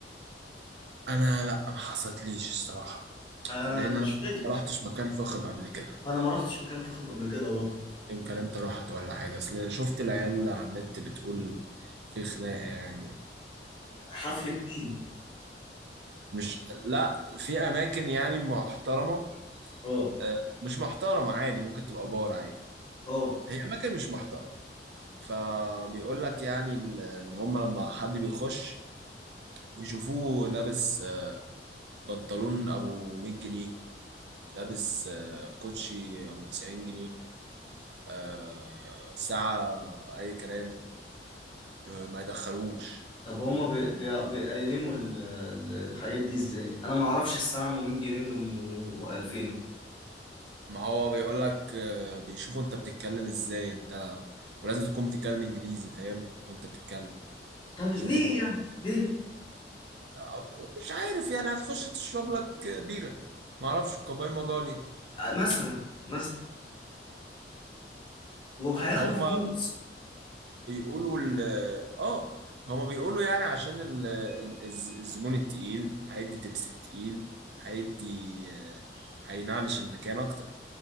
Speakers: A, on the right; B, on the left.
A: انا لا ما حصلتليش الصراحه
B: آه
A: لان
B: مش
A: انا
B: فاكر
A: ما رحتش مكان فخم قبل كده
B: ما انا ما رحتش مكان فخم قبل كده برضه
A: يمكن انت رحت ولا حاجه اصل شفت العيال على النت بتقول في خناقه يعني
B: حفل كديم
A: ومش لا في اماكن يعني محترمه
B: اه
A: آه، مش محترمه عادي ممكن تبقى بار عادي
B: اه
A: هي اماكن مش محترمه فبيقول لك يعني ال- ان هم لما حد بيخش يشوفوه لابس آه، بنطلون ابو 100 جنيه لابس آه، كوتشي ابو 90 جنيه آه، ساعة اي كلام آه، ما يدخلوش
B: طب هما بي بي بيقيموا ال- ال- الحاجات دي ازاي انا ما اعرفش الساعه ام 100 جنيه من ام 2000
A: ما هو بيقول لك آه، بيشوفوا انت بتتكلم ازاي انت ولازم تكون بتتكلم انجليزي فاهم وانت بتتكلم
B: طب ليه
A: شوف انت
B: يعني ليه
A: آه، مش عارف يعني هتخش تشرب لك بيرة ما اعرفش قبل الموضوع ليه
B: آه، مثلا مثلا وهياخدوا
A: فهما
B: فلوس
A: بيقولوا ال اه هما بيقولوا يعني عشان ال- ال- الز- الزبون التقيل هيدي تبس تقيل هيدي آه، هينعلش المكان اكتر